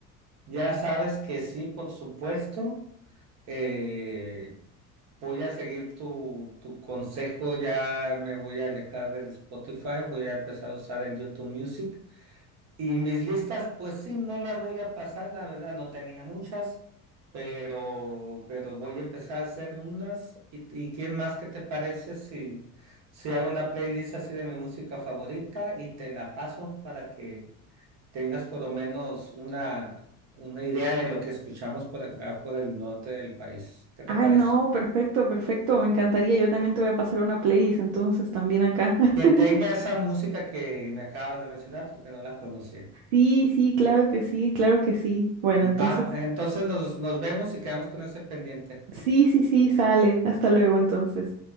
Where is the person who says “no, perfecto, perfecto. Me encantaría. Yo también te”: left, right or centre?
Right